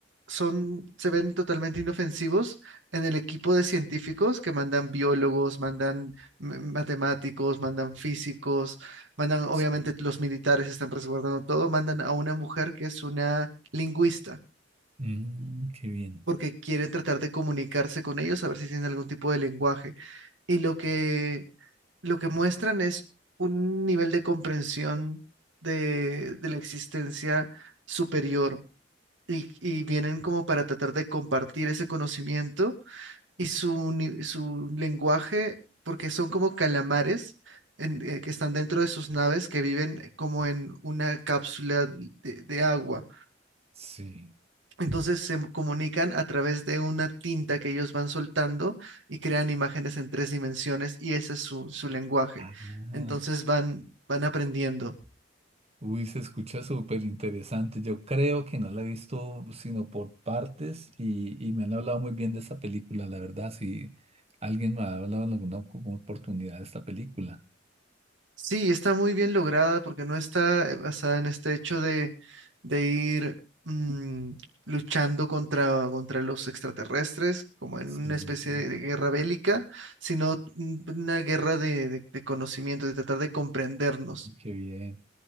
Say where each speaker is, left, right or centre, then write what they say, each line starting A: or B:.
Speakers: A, on the right; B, on the right.
A: son, se ven totalmente inofensivos en el equipo de científicos que mandan biólogos, mandan m- matemáticos, mandan físicos, mandan, obviamente
B: sí.
A: los militares están resguardando todo, mandan a una mujer que es una lingüista.
B: Mm, qué bien.
A: porque quieren tratar de comunicarse con ellos, a ver si tienen algún tipo de lenguaje. Y lo que lo que muestran es un nivel de comprensión de, de la existencia superior y, y vienen como para tratar de compartir ese conocimiento y su, ni- su lenguaje, porque son como calamares en- eh, que están dentro de sus naves que viven como en una cápsula de de agua.
B: Sí.
A: Entonces se comunican a través de una tinta que ellos van soltando y crean imágenes en tres dimensiones y ese es su, su lenguaje.
B: Ah.
A: Entonces van, van aprendiendo.
B: Uy, se escucha súper interesante. Yo creo que no la he visto sino por partes y, y me han hablado muy bien de esta película, la verdad. Si alguien me ha hablado en alguna como oportunidad de esta película.
A: Sí, está muy bien lograda porque no está eh, basada en este hecho de, de ir mm, luchando contra, contra los extraterrestres, como en
B: Sí,
A: una especie
B: sí,
A: de, de guerra bélica, sino mm, una guerra de, de de conocimiento, de tratar de comprendernos.
B: qué bien.